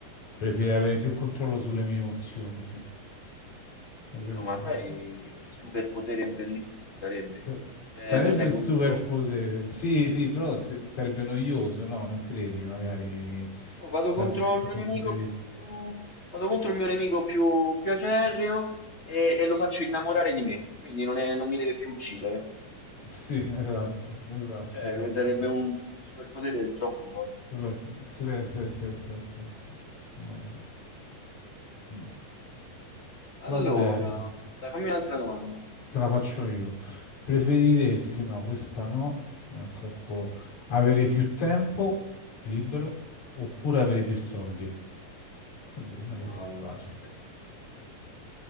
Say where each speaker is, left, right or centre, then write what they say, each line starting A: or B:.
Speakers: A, on the left; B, on the left.
A: Preferirei avere più controllo sulle mie emozioni, sì. La seconda.
B: No, ma sai che superpotere bellissimo sarebbe?
A: S-
B: Cioè,
A: Sarebbe
B: tu sei
A: un
B: contro...
A: superpotere, sì, sì, però s- sarebbe noioso, no? Non credi, magari
B: no, vado
A: da
B: contro
A: un certo
B: il mio
A: punto
B: nemico
A: di vista.
B: più, più- Vado contro il mio nemico più, più acerrimo e, e lo faccio innamorare di me, quindi non, è- non mi deve più uccidere.
A: Sì, esatto, esatto,
B: Cioè,
A: esatto.
B: sarebbe
A: esatto.
B: un, un superpotere troppo forte.
A: Superpo- sì, sì, sì, sì, sì, sì. Non lo so. Mm.
B: Allora,
A: Va bene,
B: dai, fammi un'altra domanda.
A: te la faccio io. Preferiresti, no, questa no, ma è troppo... Avere più tempo libero oppure avere più soldi? Oddio, per me questo
B: No, no,
A: è facile.
B: no, tempo, tempo,